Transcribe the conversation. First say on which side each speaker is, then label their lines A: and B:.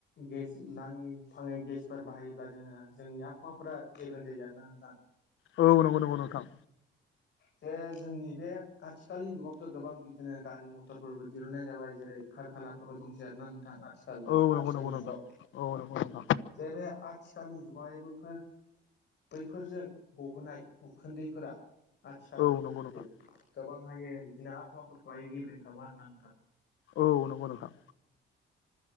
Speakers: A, on the left; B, on the left.
A: गेस नाङै फाङै गेसफोर बाहायोब्ला जोङो जोंनि आबहावाफोरा गेब्रें जायो आर ना नोंथां
B: औ नंगौ नंगौ नोंथां
A: जे जोंनि बे आथिखालनि जुगावथ' गोबां बिदिनो गारि मथरफोरबो दिहुनन्नाय जाबाय जेरै कारखानाफोरबो दंसै आरोना नोंथां आथिखाल
B: औ नंगौ
A: आथिखालनि
B: नंगौ नोंथां
A: जुगाव जे बे थिखालनि जुगै बफोर बैफोरजों गबोनाय उखुन्दैफोरा आथिखाल
B: औ नंगौ ना
A: गोबां हायो बिदिनो आबहावाफोरखौहायो गेब्रें खालामो आरोना नोंथां
B: औ नंगौ नोंथां